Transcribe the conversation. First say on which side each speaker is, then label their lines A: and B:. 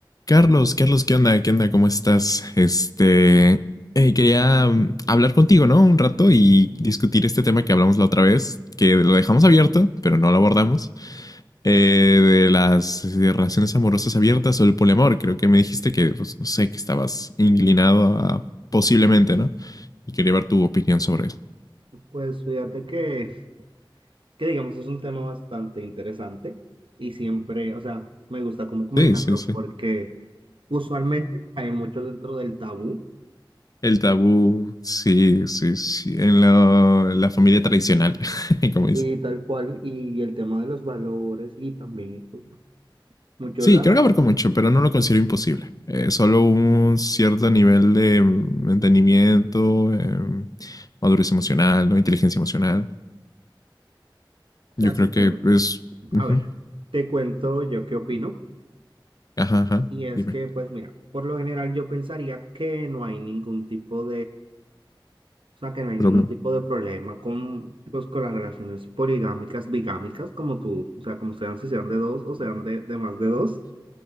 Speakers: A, on the left; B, on the right.
A: Carlos, Carlos, ¿qué onda? ¿Qué onda? ¿Cómo estás? Este, eh, quería mm, hablar contigo, ¿no? Un rato y discutir este tema que hablamos la otra vez, que lo dejamos abierto, pero no lo abordamos, eh, de las eh, relaciones amorosas abiertas o el poliamor. Creo que me dijiste que, pues, no sé, que estabas inclinado a posiblemente, ¿no? Y quería ver tu opinión sobre eso.
B: Pues fíjate que, que digamos es un tema bastante interesante y siempre, o sea, me gusta como comentarlo
A: Sí, sí, sí.
B: porque usualmente cae mucho dentro del tabú
A: El tabú, sí, sí, sí. En lo- la familia tradicional, <laughs> como dices.
B: y tal cual y el tema de los valores y también pues, mucho
A: Sí,
B: la,
A: creo que abarca mucho, pero no lo considero imposible. Eh, solo un cierto nivel de entendimiento, eh, madurez emocional, ¿no? Inteligencia emocional.
B: o sea,
A: Yo creo
B: sí,
A: que
B: pero bueno.
A: es... ujú,
B: a ver, te cuento yo qué opino
A: Ajá, ajá,
B: y es
A: dime,
B: que pues mira, por lo general yo pensaría que no hay ningún tipo O sea, que no hay
A: problema.
B: ningún tipo de problema con, pues, con las relaciones poligámicas, bigámicas, como tú, o sea, como sean, si sean de dos o sean de, de más de dos.